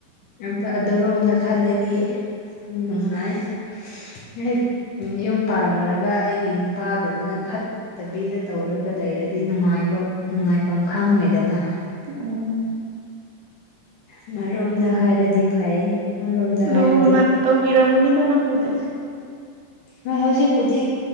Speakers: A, on the left; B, on the right.
A: ꯑꯝꯇ ꯑꯗꯨꯔꯣꯝꯗ ꯈꯜꯂꯗꯤ ꯅꯨꯡꯉꯥꯏ ꯍ ꯌꯨꯝ ꯄꯥꯜꯂꯨꯔꯒ ꯑꯩꯒꯤ ꯅꯨꯄꯥꯒꯨꯝꯕꯅ ꯐꯠꯇꯕꯤꯗ ꯇꯧꯔꯒ ꯂꯩꯔꯗꯤ ꯅꯨꯡꯉꯥꯏꯕ ꯅꯨꯡꯉꯥꯏꯐꯝ ꯈꯪꯉꯣꯏꯗꯅ
B: ꯎꯝ
A: ꯑꯃꯔꯣꯝꯗ ꯍꯥꯏꯔꯗꯤ ꯐꯩ ꯑꯃꯔꯣꯝꯗ
B: ꯂꯨꯅ
A: ꯍꯥꯏꯔꯗꯤ
B: ꯇꯧꯕꯤꯔꯝꯒꯥꯅꯤꯗ ꯅꯪꯕꯨꯗꯦ
A: ꯍꯣꯏ ꯍꯧꯖꯤꯛꯄꯨꯗꯤ